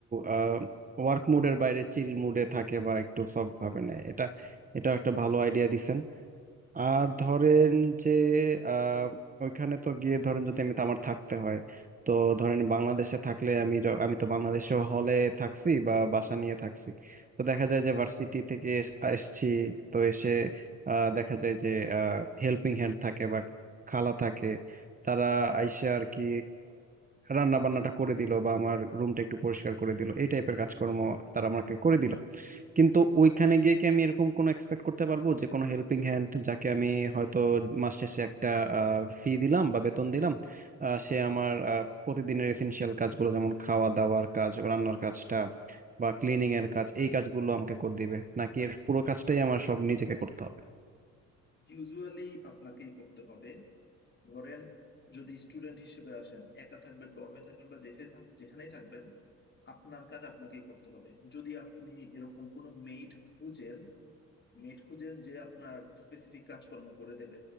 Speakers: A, on the right; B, on the left.
A: আহ ওয়ার্ক মুডের বাইরে চিল মুডে থাকে বা একটু সফট ভাবে নেয় এটা এটা একটা ভালো আইডিয়া দিছেন আর ধরেন যে আহ ওইখানে তো গিয়ে ধরেন যদি আমি আমার থাকতে হয় তো ধরেন বাংলাদেশে থাকলে আমি য- আমি তো বাংলাদেশে হলে থাকছি বা বাসা নিয়ে থাকছি তো দেখা যায় যে ভার্সিটি থেকে এস- এসছি তো এসে আহ, দেখা যায় যে হেল্পিং হ্যান্ড থাকে বা খালা থাকে তারা আইসে আর কি রান্না বান্নাটা করে দিল বা আমার রুমটা একটু পরিষ্কার করে দিল এই টাইপের কাজকর্ম তারা আমাকে করে দিল কিন্তু ওইখানে গিয়ে কি আমি এরকম কোনো এক্সপেক্ট করতে পারবো যে কোনো হেল্পিং হ্যান্ড যাকে আমি হয়তো মাস শেষে একটা ফি দিলাম বা বেতন দিলাম আহ, সে আমার আহ, প্রতিদিনের এসেনশিয়াল কাজগুলো যেমন খাওয়া দাওয়ার কাজ রান্নার কাজটা বা ক্লিনিং এর কাজ এই কাজগুলো আমাকে করে দিবে নাকি এর পুরো কাজটাই আমার সব নিজেকে করতে হবে
B: ইউজুয়ালি আপনাকেই করতে হবে ধরেন যদি স্টুডেন্ট হিসেবে আসেন একা থাকবেন ডর্মে থাকবেন বা যেখানে থাক- যেখানেই থাকবেন আপনার কাজ আপনাকেই করতে হবে যদি আপনি এরকম কোনো মেইড খুঁজেন মেড খুঁজেন যে আপনার স্পেসিফিক কাজকর্ম করে দেবে